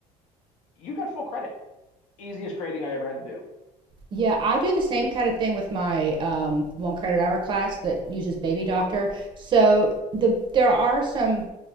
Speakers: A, on the left (about 70°); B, on the right (about 35°).
A: you got full credit. Easiest grading I ever had to do.
B: Yeah, I do the same kind of thing with my um, one credit hour class that uses Baby Doctor. So the there are some